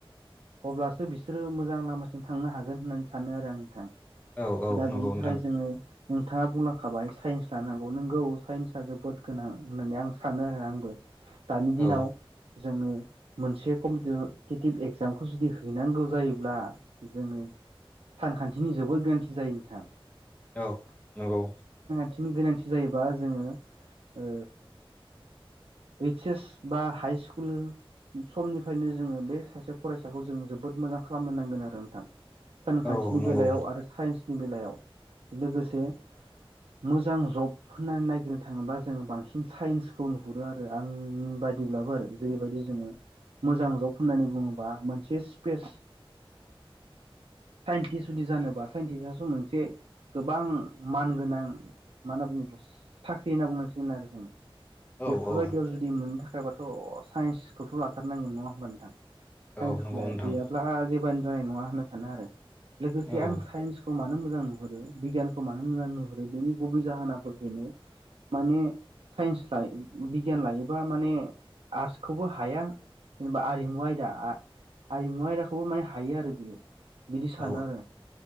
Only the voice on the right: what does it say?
अब्लासो बिसोरो मोजां लामाथिं थांनो हागोन होननानै सानो आरो आं नोंथां
दा
बेनि
थाखाय जोङो नोंथाङा बुंलांखाबाय साइन्स लानांगौ नोंगौ साइन्सआ जोबोद गोनां होननानै आं सानो आरो आंबो दानि दिनाव
जोङो मोनसे कम्पिटेटिभ एकजामखौ जुदि हैनांगौ जायोब्ला जोङो सानखान्थिनि जोबोर गोरोन्थि जायो नोंथां
नि गोनांथि जायोबा जोङो ओ ओइस एस बा हाइ स्कूल समनिफ्रायनो जोङो बे सासे फरायसाखौ जों जोबोद मोजां खालामनो नांगोन आरो नोंथां सानखान्थिनि
बेलायाव आरो साइन्स बेलायाव लोगोसे मोजां जब होननानै नायागिरनो थाङोब्ला जोङो बांसिन साइन्सखौ नुहुरो आरो आंनि बायदिब्लाबो आरो जेरैबायदि जोङो मोजां जब होननानै बुङोबा मोनसे स्पेस साइन्टिस्ट जुदि जानोबा साइन्टिस्टआथ' मोनसे गोबां मानगोनां मा होनना बुङो साख्रि होनना बुंनांसिगोन आरो जों
बेफोरबायदियाव
जुदि मोननो था खाय बाथ' साइन्सखौथ' लाथारनांगोन नङा होमबा नोंथां साइन्स
गैयाब्ला जेबोआनो जानाय नङा होनना सानो आरो लोगोसे
आं साइन्सखौ मानो मो जां नुहरो बिगियानखौ मानो मोजां नुहुरो बेनि गुबै जाहोनाबो बेनो माने साइन्स लाइ बिगियान लायोबा माने आर्टसखौबो हाया। जेनेबा आरिमु आयदा आ-आरिमु आयदाखौबो माने हायो आरो बियो। बिदि सानो
आरो।